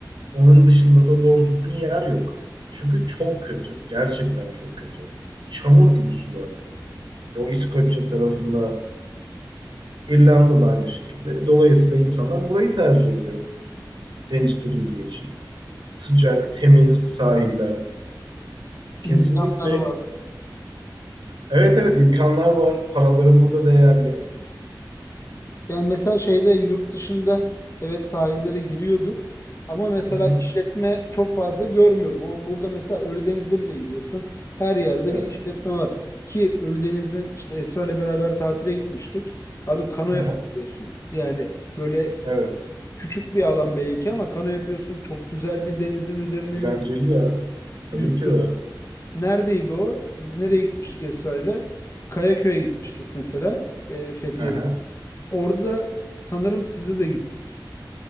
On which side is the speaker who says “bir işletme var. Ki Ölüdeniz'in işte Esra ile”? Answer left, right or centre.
Left